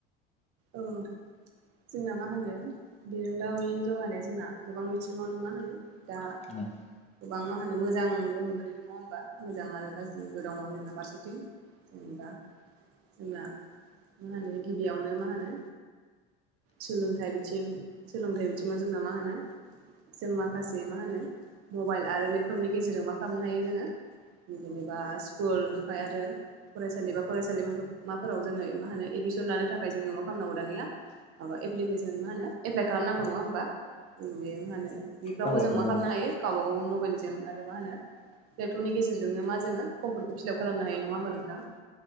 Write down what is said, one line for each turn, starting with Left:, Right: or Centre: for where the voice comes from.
Right: औ नोंथां। जोंना मा होनो बिरोंदामिन जौगानाया जोंना गोबां बिथिङावनो मा होनो दा
Left: <unintelligible>
Right: गोबां मा होनो मोजां गोहोम गोलैदों नङा होनोमबा मोजां आरो गाज्रिबो दङ जोंना फारसेथिं जेनेबा जोंना मा होनो गिबियावनो मा होनो सोलोंथाइ बिथिं सोलोंथाइ बिथिङाव जोंना मा होनो जों माखासे मा होनो मबाइल आरो लेपटपनि गेजेरजों मा खालामनो हायो जोङो जेनेबा स्कुल ओमफ्राय आरो फरायसालि बा फरायसालिमाफोराव जोङो मा होनो एडमिसन लानो थाखाय जोङो मा खालामनांगौ दानिया माबा एप्लिकेसन मा होनो एप्लाइ खालामनांगौ नङा होमबा? जों बे मा होनो बेफ्रावबो
Left: औ औ
Right: जों
Left: नंगौ
Right: मा खालामनो
Left: नोंथां
Right: हायो गावबा गावनि मबाइलजों आरो मा होनो लेपटपनि गेजेरजों मा जो फर्म फोरखौफिलाप खालामनो हायो नङा होमबा नोंथां?